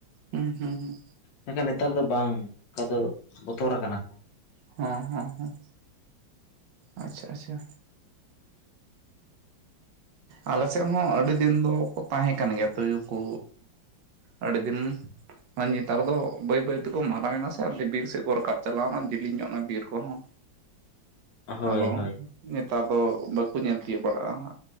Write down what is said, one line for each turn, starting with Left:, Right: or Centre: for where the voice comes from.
Right: ᱦᱩᱸ ᱦᱩᱸ ᱦᱩᱸ
Left: ᱢᱮᱠᱷᱟᱱ ᱱᱮᱛᱟᱨ ᱫᱚ ᱵᱟᱝ ᱚᱱᱠᱟ ᱫᱚ ᱵᱚᱛᱚᱨᱟ ᱠᱟᱱᱟ ᱠᱚ
Right: ᱦᱚᱸ ᱦᱚᱸ ᱦᱚᱸ ᱟᱪᱪᱷᱟ ᱟᱪᱪᱷᱟ ᱟᱞᱮ ᱥᱮᱫ ᱦᱚᱸ ᱟᱹᱰᱤ ᱫᱤᱱ ᱫᱚᱠᱚ ᱛᱟᱦᱮᱸ ᱠᱟᱱ ᱜᱮᱭᱟ ᱛᱩᱭᱩ ᱠᱚ, ᱟᱹᱰᱤ ᱫᱤᱱ ᱱᱮᱛᱟᱨ ᱫᱚ ᱵᱟᱹᱭ ᱵᱟᱹᱭ ᱛᱮᱠᱚ ᱢᱟᱨᱟᱝᱮᱱᱟ ᱥᱮ ᱚᱱᱛᱮ ᱵᱤᱨ ᱥᱮᱫ ᱠᱚ ᱨᱟᱠᱟᱵ ᱪᱟᱞᱟᱣᱱᱟ ᱡᱮᱞᱤᱧ ᱧᱚᱜ ᱮᱱᱟ ᱵᱤᱨ ᱠᱚᱦᱚᱸ
Left: ᱦᱳᱭ
Right: ᱟᱫᱚ
Left: ᱦᱳᱭ
Right: ᱱᱮᱛᱟᱨ ᱫᱚ ᱵᱟᱠᱚ ᱧᱮᱞ ᱛᱤᱭᱳᱜ ᱵᱟᱲᱟᱜᱼᱟ